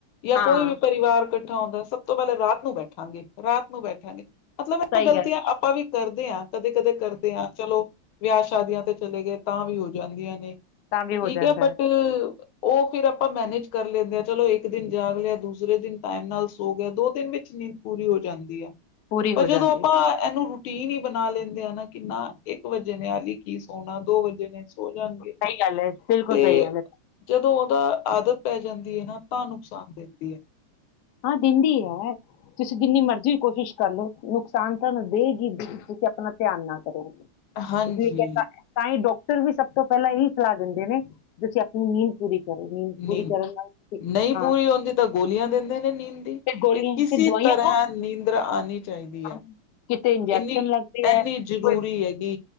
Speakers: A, on the left; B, on the left.
A: ਜਾਂ
B: ਹਾਂ
A: ਕੋਈ ਵੀ ਪਰਿਵਾਰ ਇਕੱਠਾ ਹੁੰਦਾ ਸਭ ਤੋਂ ਪਹਿਲਾਂ ਰਾਤ ਨੂੰ ਬੈਠਾਂਗੇ ਰਾਤ ਨੂੰ ਬੈਠਾਂਗੇ। ਮਤਲਬ
B: ਸਹੀ
A: ਇਹ ਗਲਤੀਆਂ
B: ਗੱਲ
A: ਆਪਾਂ ਵੀਂ ਕਰਦੇ ਆਂ ਕਦੇ-ਕਦੇ ਕਰਦੇ ਆਂ ਚਲੋ। ਵਿਆਹ ਸ਼ਾਦੀਆਂ ਤੇ ਚਲੇ ਗਏ ਤਾਂ ਵੀ ਹੋ ਜਾਂਦੀਆਂ ਨੇਂ
B: ਤਾਂ ਵੀ ਹੋ
A: ਠੀਕ
B: ਜਾਂਦਾ
A: ਐ ਬਟ
B: ਹੈ
A: ਉਹ ਫਿਰ ਆਪਾਂ ਮੈਨੇਜ ਕਰ ਲੈਂਦੇ ਆਂ ਚਲੋ ਇੱਕ ਦਿਨ ਜਾਗ ਲਿਆ ਦੂਸਰੇ ਦਿਨ ਟਾਈਮ ਨਾਲ ਸੋ ਗਿਆ ਦੋ ਦਿਨ ਵਿੱਚ ਨੀਂਦ ਪੂਰੀ ਹੋ ਜਾਂਦੀ ਆ।
B: ਪੂਰੀ
A: ਪਰ
B: ਹੋ
A: ਜਦੋਂ
B: ਜਾਂਦੀ
A: ਆਪਾਂ
B: ਹੈ
A: ਇਹਨੂੰ ਟੀ ਨੀ ਬਣਾ ਲੈਂਦ ਕਹਿੰਦੇ ਆ ਨਾ ਕਿੰਨਾ ਇੱਕ ਵਜੇ ਨੇ ਆਲੀ ਕੀ ਸੋਨਾ ਦੋ ਵਜੇ ਨੇ ਸੋ ਜਾਣਗੇ
B: ਸਹੀ ਗੱਲ ਹੈ, ਬਿਲਕੁਲ
A: ਤੇ
B: ਸਹੀ ਗੱਲ ਹੈ।
A: ਜਦੋਂ ਆਦਤ ਪੈ ਜਾਂਦੀ ਏ ਨਾ ਤਾਂ ਨੁਕਸਾਨ ਦਿੰਦੀ ਏ।
B: ਹਾਂ ਦਿੰਦੀ ਹੈ ਤੁਸੀਂ ਜਿੰਨੀ ਮਰਜ਼ੀ ਵੀ ਕੋਸ਼ਿਸ਼ ਕਰ ਲਓ ਨੁਕਸਾਨ ਤੁਹਾਨੂੰ ਦੇਗੀ ਤੁਸੀਂ ਆਪਣਾ ਧਿਆਨ ਨਾਲ
A: ਹਾਂਜੀ
B: ਇਸ ਲਈ ਕਿ ਤਾਂ ਹੀ ਡੋਕ ਟਰ ਵੀ ਸਭ ਤੋਂ ਪਹਿਲਾਂ ਇਹੀ ਸਲਾਹ ਦਿੰਦੇ ਨੇ ਤੁਸੀਂ ਆਪਣੀ ਨੀਂਦ ਪੂਰੀ ਕਰੋ ਪੂਰੀ
A: ਨੀਂਦ,
B: ਕਰਨ ਨਾਲ ਤੁਸੀਂ
A: ਨਹੀਂ
B: ਹਾਂ
A: ਪੂਰੀ ਹੁੰਦੀ ਤਾਂ ਗੋਲੀਆਂ ਦਿੰਦੇ ਨੇ ਨੀਂਦ
B: ਫਿਰ ਗੋਲੀਆਂ
A: ਕਿਸੇ
B: ਫਿਰ ਦਵਾਈਆਂ
A: ਤਰ੍ਹਾਂ
B: ਖਾਓ
A: ਨੀਂਦਰ ਆਣੀ ਚਾਹੀਦੀ
B: ਹਾਂ,
A: ਹੈ।
B: ਕਿਤੇ ਇੰਜੈਕਸ਼ਨ
A: ਇਨੀ
B: ਲੱਗਦੇ ਹੈ
A: ਏਨੀ
B: ਕੋਈ
A: ਜ਼ਰੂਰੀ ਹੈਗੀ